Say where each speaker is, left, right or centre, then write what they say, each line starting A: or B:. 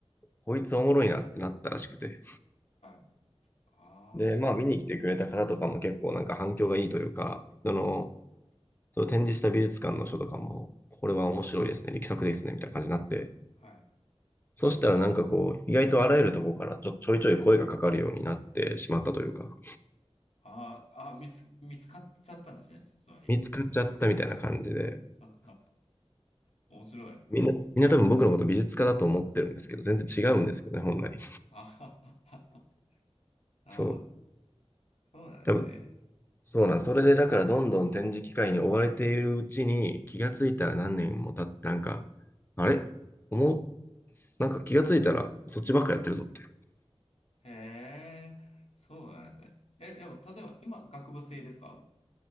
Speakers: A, on the left; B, on the left.
A: こいつおもろいなってなったらしくて。
B: はい、
A: で、まあ見に来てくれた方とかも結構なんか反響がいいというか、
B: ああ
A: その、
B: うん。
A: その展示した美術館の書とかも、これは面白いですね、力作ですね、みたいな感じになって、
B: はい、
A: そしたらなんかこう、意外とあらゆるとこからちょ、ちょいちょい声がかかるようになってしまったというか、
B: あーあー、見つ、見つかっちゃったんですね。つまり。
A: 見つかっちゃったみたいな感じで、
B: <laughs> 面白い。
A: みんな、みんな多分僕のこと美術家だと思ってるんですけど、全然違うんですけどね、本来。
B: あ <laughs> なるほど。
A: そう。
B: そうなんですね。
A: 多分、そうなん。それでだからどんどん展示機会に追われているうちに気がついたら何年も経って、
B: うん
A: なんか、あれ思う、なんか気がついたらそっちばっかやってるぞ、みたい
B: へえ、そうなんですね。え、でも、例えば、今、学部生ですか